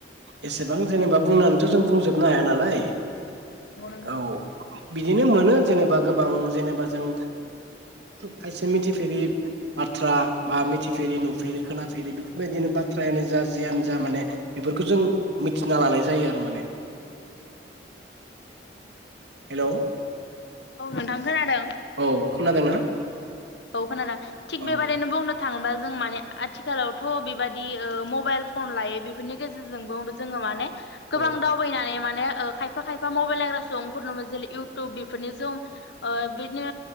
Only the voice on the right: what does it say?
एसेबां जेनेबा बुंनानैथ जों बुंजोबनो हाया नालाय
औ बिदिनो मोनो जेनेबा गोबां जेनेबा जों खायसे मिथिफेरि बाथ्रा बा मि मिथिफेरै नुफेरै खोनाफेरै बेफोरबायदिनो बाथ्रायानो जा जियानो जा माने बेफोरखौ जों मिथिना लानाय जायो आरो माने हेल
औ खोनादोंना
औ
औ